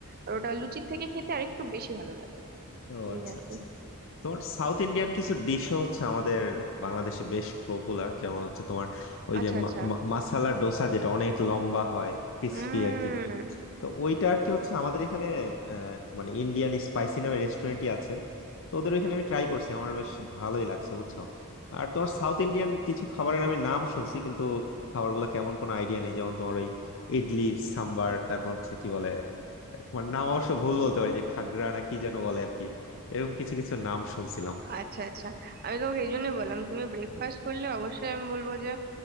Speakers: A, on the right; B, on the left.
A: আর ওটা লুচির থেকে খেতে আরেকটু বেশি ভালো লাগে
B: ও
A: এই
B: আচ্ছা
A: আর
B: আচ্ছা
A: কি
B: তোমার সাউথ ইন্ডিয়ান কিছু ডিশও হচ্ছে আমাদের বাংলাদেশে বেশ পপুলার যেমন হচ্ছে তোমার ওই
A: আচ্ছা
B: যে
A: আচ্ছা
B: মা- মা- মাসালা ডোসা যেটা অনেক লম্বা হয় ক্রিস্পি
A: উম
B: আর কি তো ওইটা আর কি হচ্ছে আমাদের এখানে আহ, মানে ইন্ডিয়ান স্পাইসি নামে রেস্টুরেন্টই আছে তো ওদের ওইখানে আমি ট্রাই করছি আমার বেশ ভালোই লাগছে বুঝছো আর তোমার সাউথ ইন্ডিয়ান কিছু খাবারের আমি নাম শুনছি কিন্তু খাবারগুলো কেমন কোনো আইডিয়া নেই যেমন তোমার ওই ইডলি সাম্বার তারপর হচ্ছে কি বলে মানে নাম অবশ্য ভুল বলতে পারি যে খাগড়া না কি যেন বলে আর কি এরকম কিছু কিছু নাম শুনছিলাম
A: আচ্ছা আচ্ছা আমি তোমাকে এই জন্যই বললাম তুমি ব্রেকফাস্ট করলে অবশ্যই আমি বলবো যে